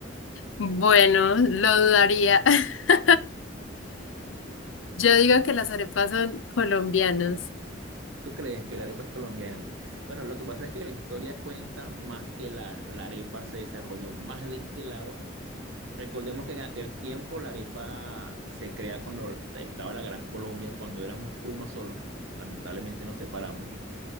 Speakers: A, on the left; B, on the right.
A: Bueno, lo dudaría. <laughs> Yo digo que las arepas son colombianas.
B: ¿Tú crees que la arepa es colombiana? Bueno, lo que pasa es que la historia cuenta más que la, la arepa se desarrolló más de este lado. Recordemos que en aquel tiempo la arepa se crea cuando estaba la Gran Colombia, cuando éramos uno solo. Lamentablemente nos separamos.